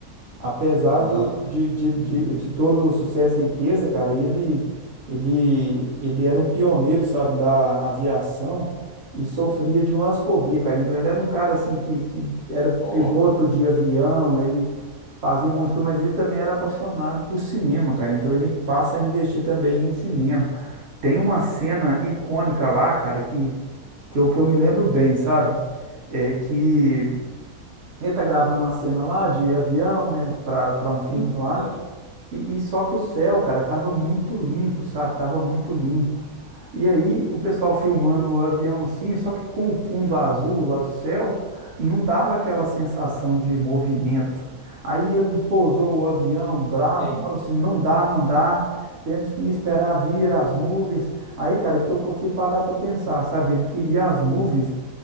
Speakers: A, on the right (about 60°); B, on the left (about 60°).
A: Apesar
B: Aham.
A: do, de, de, de, de todo o sucesso e riqueza, cara, ele, ele, ele era um pioneiro, sabe, da aviação e sofria de umas fobias, cara. Então ele era um cara assim que, que era
B: Ó.
A: piloto de avião, ele Fazia um monte de coisa, mas ele também era apaixonado por cinema, cara. Então ele passa a investir também em cinema. Tem uma cena icônica lá, cara, que, que, eu, que eu me lembro bem, sabe? É que ele tá gravando uma cena lá de avião, né, pra, pra
B: Uhum.
A: um filme lá.
B: Sei,
A: E, e só que o céu, cara, tava muito limpo, sabe? Tava muito limpo. E aí o pessoal filmando o avião assim, só que com o fundo azul lá do céu, não dava aquela sensação de movimento. Aí ele pousou o avião brabo,
B: sei.
A: falou assim: não dá, não dá, temos que esperar vir as nuvens. Aí, cara, que eu, que eu fui parar para pensar, sabe? Ele queria as nuvens